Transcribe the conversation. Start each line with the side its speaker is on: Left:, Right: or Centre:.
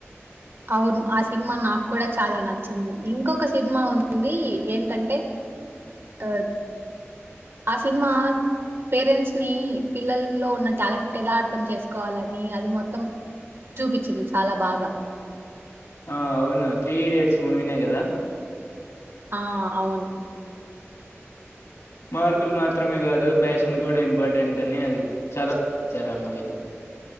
Right: అవును ఆ సిన్మ నాక్ కూడ చాలా నచ్చింది ఇంకొక సిన్మ ఉందీ ఏంటంటే ఆద్ ఆ సినిమా పేరెంట్స్ ని పిల్లల్లో ఉన్న టాలెంట్ ఎలా అర్థం చేసుకోవాలని అది మొత్తం చూపించింది చాలా బాగా
Left: ఆ అవును త్రీ ఇడియట్స్ మూవినే కదా
Right: ఆ అవును
Left: మార్కులు మాత్రమే కాదు ప్యాషన్ కూడ ఇంపార్టెంట్ అని అది చాల ఇచ్చారు ఆ మూవీలో